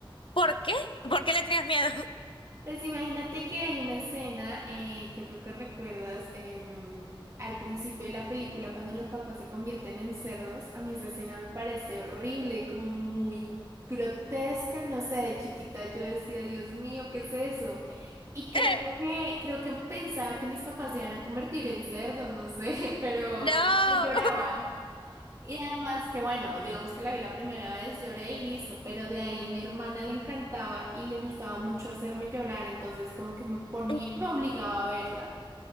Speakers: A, on the left; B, on the right.
A: ¿Por qué? ¿Por qué le tenías miedo? <laughs>
B: Pues imagínate que hay una escena, eh, yo creo que recuerdas, em, al principio de la película cuando los papás se convierten en cerdos, a mí esa escena me parece horrible, como muy grotesca, no sé, de chiquita yo decía, Dios mío, ¿qué es eso? Y creo
A: Eh,
B: que, creo que pensaba que mis papás se iban a convertir en cerdos, no sé, <laughs> pero
A: no.
B: lloraba. Y además que bueno, digamos que la vi la primera vez, lloré y listo, pero de ahí mi hermana le encantaba y le gustaba mucho hacerme llorar, entonces como que me ponía,
A: <laughs>
B: me obligaba a verla.